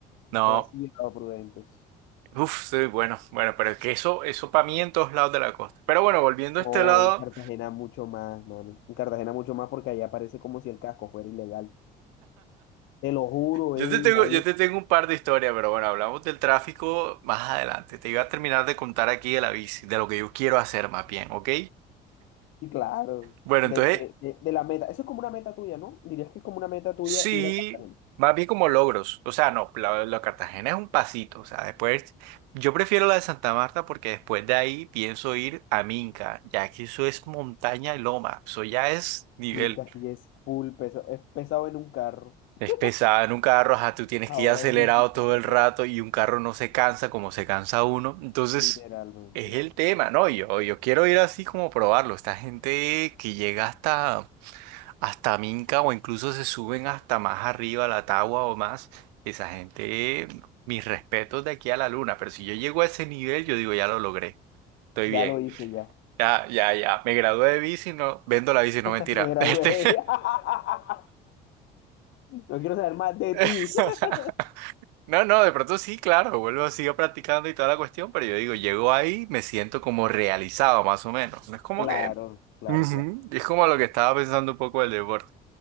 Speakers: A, on the right; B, on the left.
A: No.
B: demasiado prudentes.
A: Uf, sí, bueno, bueno, pero es que eso, eso para mí en todos lados de la costa. Pero bueno, volviendo
B: No,
A: a este lado,
B: en Cartagena mucho más, mano. En Cartagena mucho más porque allá parece como si el casco fuera ilegal. Te lo juro,
A: yo
B: ey,
A: te tengo,
B: nadie.
A: yo te tengo un par de historias, pero bueno, hablamos del tráfico más adelante. Te iba a terminar de contar aquí de la bici, de lo que yo quiero hacer más bien, ¿ok?
B: Sí, claro.
A: Bueno,
B: De,
A: entonces,
B: de, de, de la meta. Eso es como una meta tuya, ¿no? Dirías que es como una meta tuya
A: sí,
B: ir a Cartagena.
A: más bien como logros. O sea, no, la, la Cartagena es un pasito. O sea, después, yo prefiero la de Santa Marta porque después de ahí pienso ir a Minca, ya que eso es montaña y loma. Eso ya es nivel.
B: Minca, sí es full peso. Es pesado en un carro.
A: Es
B: <laughs>
A: pesada en un carro, ajá, tú tienes
B: Ahora
A: que ir acelerado
B: en bicicleta,
A: todo el rato y un carro no se cansa como se cansa uno. Entonces,
B: literalmente.
A: es el tema, ¿no? Yo, yo quiero ir así como probarlo. Esta gente que llega hasta, hasta Minca o incluso se suben hasta más arriba a la Tagua o más, esa gente, mis respetos de aquí a la luna. Pero si yo llego a ese nivel, yo digo, ya lo logré, estoy
B: Ya
A: bien.
B: lo hice, ya.
A: Ya, ya, ya, me gradué de bici, no, vendo la bici, no
B: <laughs>
A: mentira.
B: Me gradué.
A: <laughs> Este...
B: de- viaje. <laughs> No quiero saber más de ti.
A: <laughs>
B: <laughs>
A: No, no, de pronto sí, claro, vuelvo, sigo practicando y toda la cuestión, pero yo digo, llego ahí, me siento como realizado más o menos. No es como
B: Claro,
A: que...
B: claro,
A: Ujú,
B: claro.
A: Es como lo que estaba pensando un poco del deporte.